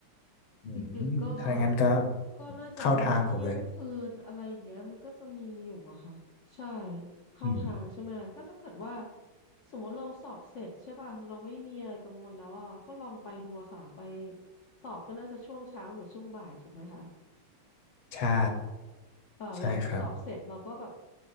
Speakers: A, on the left; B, on the left.
A: อืม
B: ดึกๆก็
A: ถ้าอย่างนั้นก็
B: ก็น่าจะประมาณเที่ยงคืนอะไรอย่างเงี้ยมันก็จะมีอยู่อะค่ะใช่
A: เข้าทางผมเลย
B: เข้าทางใช่ไหมก็ถ้าเกิดว่า
A: อืม
B: สมมติเราสอบเสร็จใช่ป่ะเราไม่มีอะไรกังวลแล้วอ่ะก็ลองไปดูอะค่ะไปสอบก็น่าจะช่วงเช้าหรือช่วงบ่ายถูกไหมคะ
A: ใช่
B: เออเราสอบเสร็จเราก็แบบ
A: ใช่ครับ